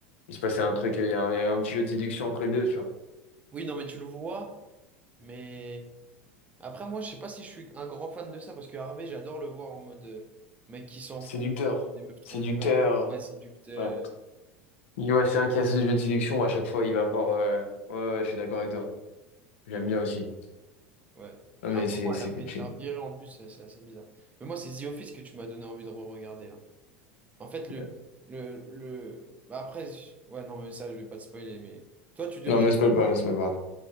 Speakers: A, on the left (about 70°); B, on the right (about 20°).
A: il se passait un truc, il y a- il y avait un petit jeu de séduction entre les deux, tu vois.
B: Oui, non, mais tu le vois, mais. Après, moi, je sais pas si je suis un grand fan de ça, parce que Harvey, j'adore le voir en mode euh, mec qui s'en
A: Séducteur.
B: fout, qui des meufs trop
A: Séducteur.
B: frais, pas séducteur.
A: Ouais. Il Ouais, c'est vrai qu'il y a ce jeu de séduction où à chaque fois, il va avoir. euh, Ouais, ouais, je suis d'accord avec toi. J'aime
B: Mais bon,
A: bien aussi.
B: ouais.
A: Non,
B: Mais
A: mais
B: à un moment,
A: c'est c'est
B: elle a failli
A: que tu.
B: se faire virer en plus, c'est c'est assez bizarre. Mais moi, c'est The Office que tu m'as donné envie de re-regarder là. En fait, le.
A: ouais.
B: le, le... bah, après, je- ouais, non, mais ça, je vais pas te spoiler, mais toi, tu devrais.
A: Non, me spoil pas, me spoil pas.